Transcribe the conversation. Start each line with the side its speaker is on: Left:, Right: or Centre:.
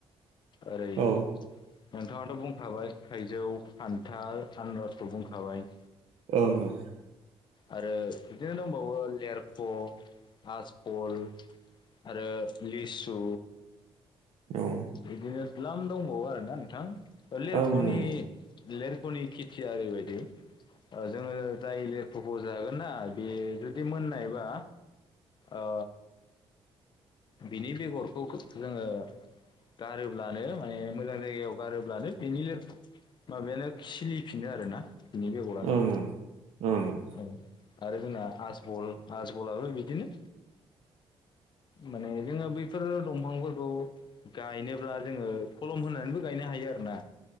Left: ओरै
Right: औ
Left: नोंथाङाथ' बुंखाबाय थाइजौ खान्थाल आनरसखौ बुंखाबाय
Right: ओं ओं
Left: आरो बिदिनो दंबावो लेरख' आजबल आरो लिसु
Right: ओं
Left: बिदिनो द्लाम दंबावो आरोना नोंथां लेरक'नि
Right: औ ओं ओं
Left: लिरख'नि खेथिया ओरैबायदि जोङो जाय लिरख'खौ जागोन ना बेयो जुदि मोननायबा ओ बिनि बेगरखौ जोङो गारोब्लानो माने मोजां जायगायाव गारोब्लानो बेनि माबायानो खिलिफिनो आरोना बिनि बेगरानो
Right: ओं ओं ओं ओं
Left: औ आरो जोंना आजबल आजबलाबो बिदिनो माने जोङो बैफोरो दंफांफोरखौ गायनोब्ला जोङो खलम होनानैबो गायनो हायो आरो ना